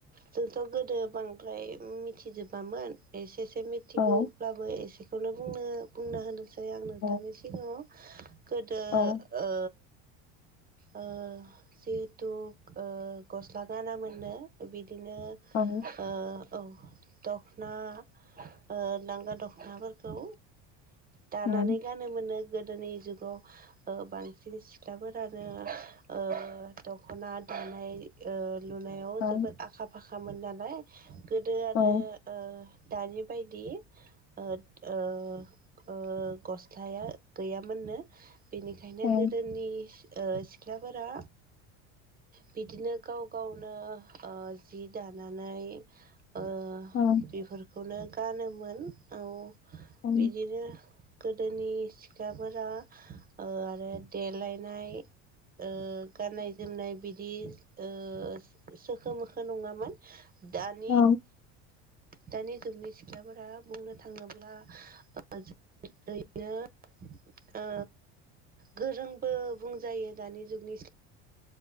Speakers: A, on the right; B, on the left.
A: जोंथ' गोदो बांद्राय मिथिजोबामोन, एसे से मिथिगौब्लाबो
B: औ
A: एसेखौनो बुंनो बुंना होनोसै आं नोंथांनिसिम।
B: औ
A: <unintelligible> गोदो
B: औ
A: ओ ओ जिहेथु ओ गस्ला गाना मोननो बि दिनो
B: औ
A: ओ ओ दखना ओ लांगा दख'नाफोरखौ दानानै
B: उम
A: गानो नो गोदोनि जुगाव ओ बांसिन सिख्लाफोरानो ओ दख'ना ना दानाय ओ लुनायाव
B: औ
A: जोबोद आखा फाखामोन नालाय गोदो आरो
B: औ
A: ओ दानि बायदि ओद ओ ओ गस लाया गैयामोननो, बिनिखायनो
B: औ
A: गोदोनि ओ सिख्लाफोरा बिदिनो गाव गावनो ओ जि दानानै ओ
B: औ
A: बिफोरखौनो गानोमोन, औ
B: उम
A: बिदिनो दोनि सिख्लाफोरा ओ आरो देलायनाय ओ गाननाय जोमनाय बिदि ओ सोखो मोखो नङामोन। दानि
B: औ
A: दानि जुगनि सिख्लाफोरा बुंनो थाङोब्ला ज बिदिनो ओ गोरोंबो बुंजायो दानि जुगनि